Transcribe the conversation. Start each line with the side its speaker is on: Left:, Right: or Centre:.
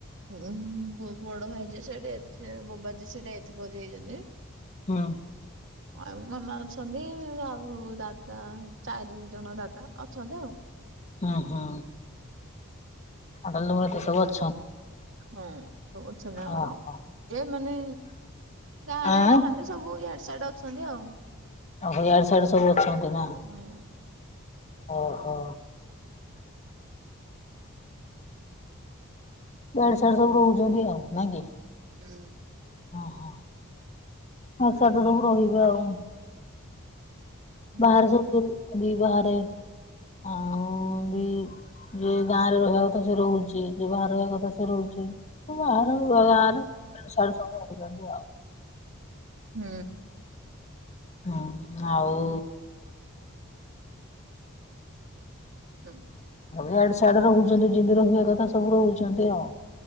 Right: ହୁ ବଡ଼ ଭାଇ ଯେ ସେ ଡେଥ ଏ ବୋବାଜ ସେ ଡେଥ କରିଯାଇଛନ୍ତି।
Left: ହଁ।
Right: ଆଉ ମାମା ଅଛନ୍ତି ଆଉ ଦାଦା ଚାରି ଜଣ ଦାଦା ଅଛନ୍ତି ଆଉ।
Left: ହୁଁ ହୁଁ ତାହାଲେ ଏତେ ସବୁ ଅଛ
Right: ହଁ ବହୁ ଚିନାବର
Left: ଓହୋ
Right: ଯେ ମାନେ ଗାଁ
Left: ଆଁ
Right: ରେ ନାହାନ୍ତି ସବୁ ଇଆଡ ସାଡେ ଅଛନ୍ତି ଆଉ
Left: ଓହୋ ଇଆଡେ ସିଆଡେ ସବୁ ଅଛନ୍ତି ନା।
Right: ହୁଁ।
Left: ଓହୋ। ଦେଢ ସାସ ସବୁ ରୁ ରଉଛନ୍ତି ଆଉ ନାଇଁ କି।
Right: ହଁ।
Left: ଓହୋ ଆ ସେଦ ଦ ସବୁ ରହିବେ ଆଉ।
Right: ହୁଁ
Left: ବାହଘର ସବୁ ନ୍ତି ବାହାରେ। ଆଉ ଏ ଯ ଗାଁ ରେ ରହିବା କଥା ସେ ରହୁଚି, ଯେ ବାହାରେ ରହିବା କଥା ସେ ରହୁଚି ବାହାଘର <unintelligible> ସାଡେ ସବୁ ରହୁଛନ୍ତି ଆଉ।
Right: ହୁଁ।
Left: ହୁ ଆଉ।
Right: ହୁଁ।
Left: ଏଅଡେ ସେଆଡ଼େ ରେ ରହୁଛନ୍ତି ଯେମିତି ରହିବା କଥା ସବୁ ର ରହୁଚନ୍ତି ଆଉ।